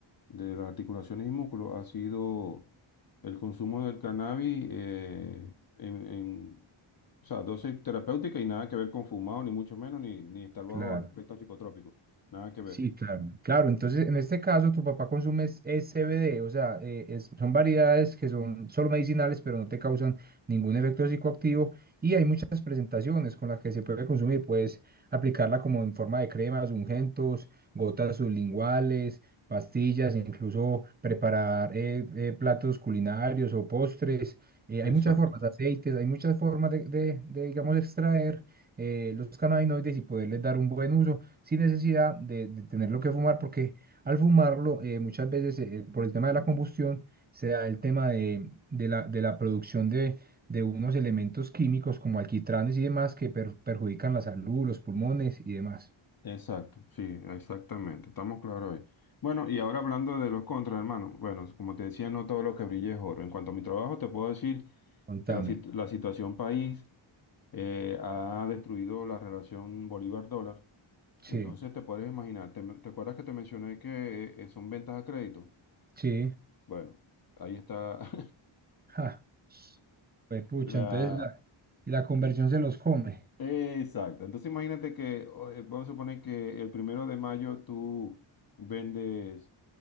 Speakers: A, on the left; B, on the right.
A: de las articulaciones y músculos ha sido el consumo del cannabis eh, en, en, o sea, dosis terapéutica y nada que ver con fumado, ni mucho menos, ni, ni estar bajo
B: claro.
A: el efecto psicotrópico, nada que ver.
B: Sí, claro. Claro, entonces en este caso tu papá consume es, es CBD, o sea, eh, es- son variedades que son solo medicinales, pero no te causan ningún efecto psicoactivo y hay muchas presentaciones con las que se puede consumir. Puedes aplicarla como en forma de cremas, ungüentos, gotas sublinguales, pastillas, incluso preparar eh, eh, platos culinarios o postres. Eh, hay
A: Exacto.
B: muchas formas, aceites, hay muchas formas de, de- de, digamos, extraer eh, los cannabinoides y poderles dar un buen uso sin necesidad de, de tenerlo que fumar, porque al fumarlo eh, muchas veces eh, por el tema de la combustión se da el tema de, de la, de la producción de, de unos elementos químicos como alquitranes y demás que per- perjudican la salud, los pulmones y demás.
A: Exacto, sí, exactamente, estamos claros hoy. Bueno, y ahora hablando de los contras, hermano, bueno, como te decía, no todo lo que brilla es oro. En cuanto a mi trabajo, te puedo decir
B: Contame.
A: que la, sit- la situación país eh, ha destruido la relación Bolívar-dólar.
B: Sí,
A: Entonces te puedes imaginar, ¿te, te acuerdas que te mencioné que eh, son ventas a crédito?
B: sí.
A: Bueno, ahí está <laughs>
B: Ja, pues pucha,
A: la,
B: entonces la, la conversión se los come.
A: Exacto. Entonces imagínate que, o, eh, vamos a suponer que el primero de mayo tú vendes